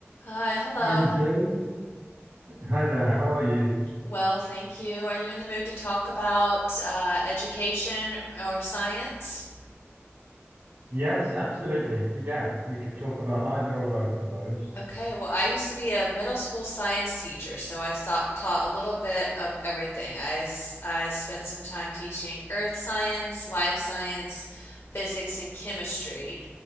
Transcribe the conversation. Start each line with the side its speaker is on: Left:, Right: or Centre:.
Left: Hi, hello.
Right: Hi, Matthew. Hi there. How are you?
Left: Well, thank you. Are you in the mood to talk about uh, education or science?
Right: Yes, absolutely. Yeah, we could talk about either or both of those.
Left: Okay, well, I used to be a middle school science teacher, so I saw, taught a little bit of everything. I, s- I spent some time teaching earth science, life science, physics, and chemistry.